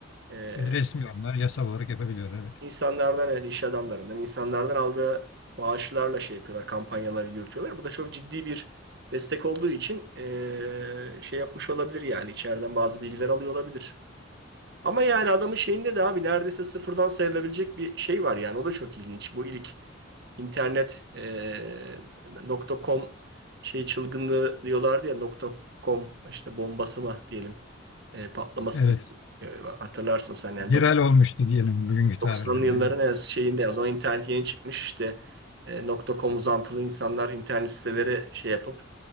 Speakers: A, on the right; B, on the left.
A: E,
B: E, Resmi onlar yasal olarak yapabiliyor evet.
A: insanlardan, yani iş adamlarından, insanlardan aldığı bağışlarla şey yapıyorlar, kampanyalarını yürütüyorlar. Bu da çok ciddi bir destek olduğu için e, şey yapmış olabilir yani içeriden bazı bilgiler alıyor olabilir. Ama yani adamın şeyinde de abi neredeyse sıfırdan sayılabilecek bir şey var yani o da çok ilginç. Bu ilk internet e, nokta .com şey çılgınlığı diyorlardı ya nokta .com işte bombası mı diyelim e, patlaması
B: Evet.
A: diye E, hatırlarsın sen yani
B: Viral
A: 90
B: olmuştu diyelim bugünkü tabirlerle.
A: 90'lı yılların
B: Evet.
A: en şeyinde o zaman internet yeni çıkmış işte e, nokta .com uzantılı insanlar internet siteleri şey yapıp